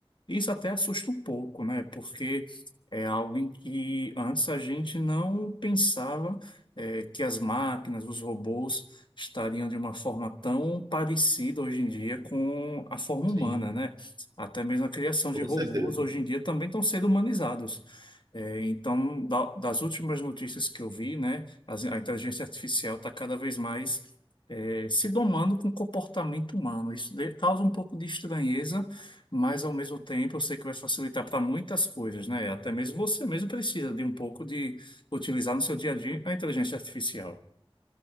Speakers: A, on the left; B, on the right.
A: Isso até assusta um pouco, né? Porque é algo em que antes a gente não pensava eh, que as máquinas, os robôs estariam de uma forma tão parecida hoje em dia com a forma humana,
B: Sim.
A: né? Até mesmo a criação de
B: toda
A: robôs
B: certeza.
A: hoje em dia também estão sendo humanizados. É, então, da- das últimas notícias que eu vi, né, as- a, inteligência artificial está cada vez mais é, se domando com o comportamento humano. Isso de- causa um pouco de estranheza, mas ao mesmo tempo eu sei que vai facilitar para muitas coisas, né? Até mesmo você mesmo precisa de um pouco de utilizar no seu dia a dia a inteligência artificial.